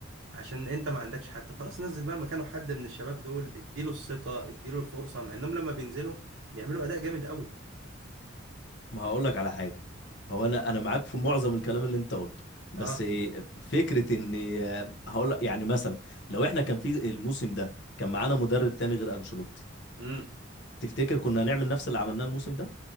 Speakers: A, on the right (about 65°); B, on the left (about 60°).
A: عشان انت ما عندكش حد طب خلاص نزل بقى مكانه حد من الشباب دول اديله الثقة اديله الفرصة مع انهم لما بينزلوا بيعملوا اداء جامد قوي
B: ما هقول لك على حاجة هو انا انا معاك في معظم الكلام اللي انت قلته بس
A: اه
B: فكرة ان هقول لك يعني مثلا لو احنا كان في الموسم ده كان معانا مدرب تاني غير انشيلوتي
A: امم
B: تفتكر كنا هنعمل نفس اللي عملناه الموسم ده